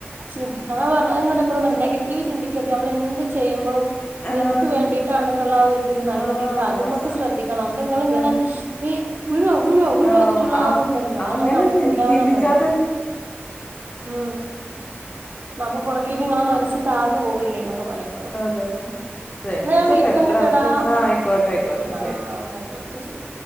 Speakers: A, on the right; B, on the left.
A: ചിൻ അതാ പറഞ്ഞഅതാ നിന്നോടെപ്പോഴും പറഞ്ഞേ നെഗറ്റീവ് ചിന്തിക്കരുത് നമ്മളെന്ത് ചെയ്യുമ്പോഴും
B: ആഹ്
A: അയെൻക്ക് വേണ്ടീട്ടാണെന്നുള്ള ആ ഒരിതില് നല്ലതീ
B: ആഹ്
A: കാർഡുംമക്ക് ശ്രദ്ധിക്കണം ഇതിങ്ങളിങ്ങനെ
B: അതന്നെ
A: വീഴുവോ വീഴുവോ വീഴുവോച്ചിട്ടുള്ള
B: ആഹ് ആഹ്
A: ആത്ണ്ടല്ലോ
B: അങ്ങനെ
A: അത് നടക്കൂലന്ന
B: ചി ചിന്തിച്ചാൽ
A: പറ ആ
B: ഉം
A: അപ്പൊ പൊറകിരിക്കണ ആളെ മനസ് താന്നു പോവല്ലേ എന്നൊക്കെ
B: ആഹ്
A: പറയുമ്പള്.
B: അതന്നെ ശ്രമിച്ചപ്പ
A: ന്നാൻ വിളിക്കണ്ടിട്ടാടാ
B: എത്ര ആൾക്കാ ആഹ് ആയിക്കോട്ടെ ആയിക്കോട്ടെ
A: ആ
B: ശരി
A: ന്നായിക്കോട്ടെ ന്നാ ശരി.